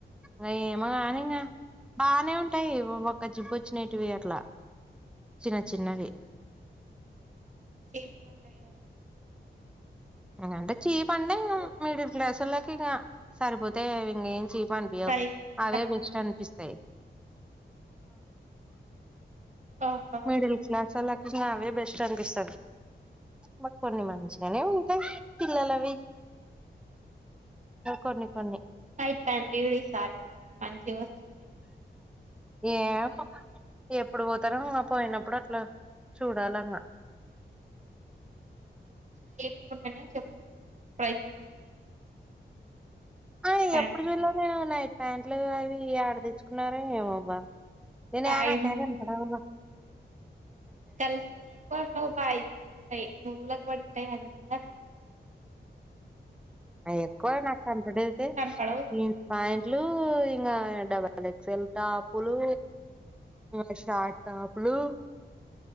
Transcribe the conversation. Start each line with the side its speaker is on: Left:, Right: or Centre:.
Centre: అ ఏమ కాని ఇంకా బానే ఉంటాయి ఒక జిప్ వచ్చినేటివి అట్లా చిన్న చిన్నవి
Right: <unintelligible> ఉంటాయి కదా
Centre: ఎకంటే చీప అడి ఇంకా మ మీడిల్ క్లాస్లకి ఇంకా సరిపోతే ఇంకాం చీప్ ని బి
Right: ప్రైస్
Centre: అవే
Right: తక్కువ
Centre: బెస్ట్ అనిపిస్తాయి
Right: ఓహో
Centre: మిడిల్ క్లాస్ వాళ్లకి నావే బెస్ట్ అనిపిస్తుంది మాకు కొన్ని మంచిగానే ఉంటాయి పిల్లలవి కొన్ని కొన్ని
Right: అ పన్లీ వ సారి మంచించి వస్ చింట
Centre: ఏం ఎప్పుడు అత్తరంగా పోయినప్పుడు అట్లా చూడాలంగా
Right: చేపు ఉంటనే చెప్తా ప్రైజ్లు
Centre: ఆ
Right: ప్యాంట్స్
Centre: ఎప్పుడు చూల్లో
Right: కి
Centre: నేను నైట్ ప్యాంట్లు అవి ఆడ తెచ్చుకున్నార ఏమోబ్బా త న ఆనా
Right: అవి
Centre: కద బ
Right: గల్కి ఎవు బాస్ంటయి నూల ఒక పడింటయి అూ <inaudible>
Centre: ఎక్కువ నాకు అంతడైతే
Right: కనపడవు సరిగా
Centre: పాయింట్లు ఇంకా డబల్ ఎక్స్ల్ టాపులు మ షార్ట్ టప్పుడు